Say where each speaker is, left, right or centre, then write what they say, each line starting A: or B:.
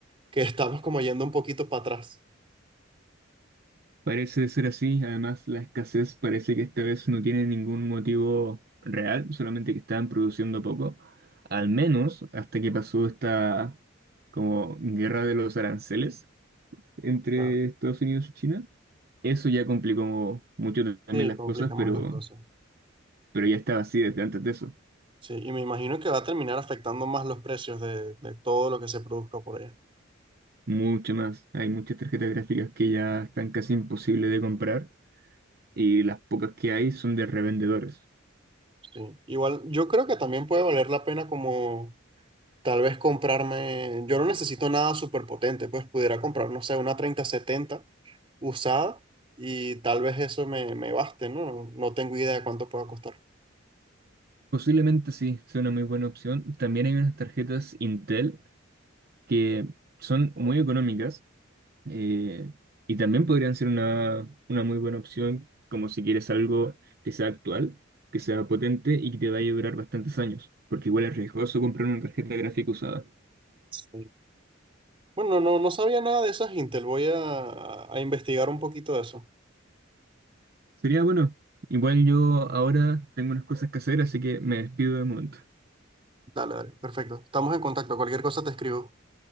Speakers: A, on the right; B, on the right.
A: que estamos como yendo un poquito para atrás.
B: Parece ser así, además la escasez parece que esta vez no tiene ningún motivo real, solamente que estaban produciendo poco, al menos hasta que pasó esta como guerra de los aranceles entre
A: Claro.
B: Estados Unidos y China. Eso ya complicó mucho también
A: Sí,
B: las
A: complica
B: cosas,
A: más
B: pero,
A: las cosas.
B: pero ya estaba así desde antes de eso,
A: Sí, y me imagino que va a terminar afectando más los precios de, de todo lo que se produzca por allá.
B: mucho más. Hay muchas tarjetas gráficas que ya están casi imposibles de comprar y las pocas que hay son de revendedores.
A: Sí. Igual, yo creo que también puede valer la pena como tal vez comprarme, yo no necesito nada súper potente, pues pudiera comprar, no sé, una treinta setenta usada y tal vez eso me, me baste, ¿no? No tengo idea de cuánto pueda costar.
B: Posiblemente sí, sea una muy buena opción. También hay unas tarjetas Intel que son muy económicas eh, y también podrían ser una, una muy buena opción, como si quieres algo que sea actual, que sea potente y que te vaya a durar bastantes años, porque igual es riesgoso comprar una tarjeta gráfica usada.
A: Sí. Bueno, no, no sabía nada de esas Intel, voy a, a investigar un poquito de eso.
B: Sería bueno. Igual yo ahora tengo unas cosas que hacer, así que me despido de momento.
A: Dale, dale, perfecto. Estamos en contacto, cualquier cosa te escribo.